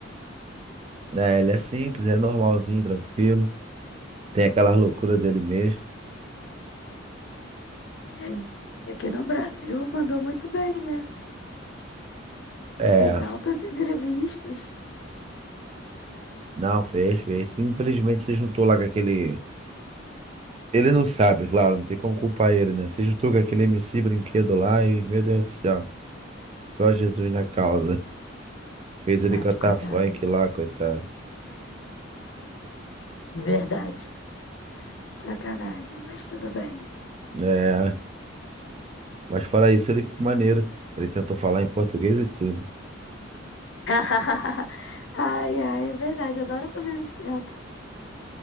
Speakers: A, on the right (about 30°); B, on the left (about 65°).
A: É, ele é simples, é normalzinho, tranquilo. Tem aquela loucura dele mesmo.
B: É. E aqui no Brasil mandou muito bem, né?
A: É,
B: Fez altas entrevistas.
A: não, fez, fez. Simplesmente se juntou lá com aquele. Ele não sabe, claro, não tem como culpar ele, né? Se juntou com aquele MC brinquedo lá e, meu Deus do céu, só Jesus na causa. Fez ele
B: Verdade,
A: cantar
B: coitado.
A: funk lá, coitado.
B: Verdade. Sacanagem, mas tudo bem.
A: É, mas fora isso, ele foi maneiro. Ele tentou falar em português e tudo.
B: <laughs> Ai, ai, é verdade. Adoro quando eles tentam.